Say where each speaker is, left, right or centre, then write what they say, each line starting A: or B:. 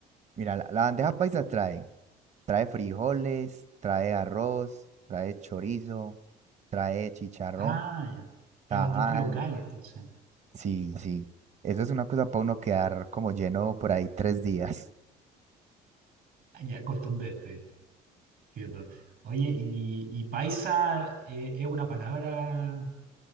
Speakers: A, on the right; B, on the right.
A: Mira, la, la bandeja paisa trae, trae frijoles, trae arroz, trae chorizo, trae chicharrón,
B: Ah, ya. Es
A: tajada.
B: bastante local, entonces.
A: Sí, sí. Eso es una cosa para uno quedar como lleno por ahí tres días.
B: Ah, Ya, contundente, entiendo. Oye, ¿y, y paisa eh, es una palabra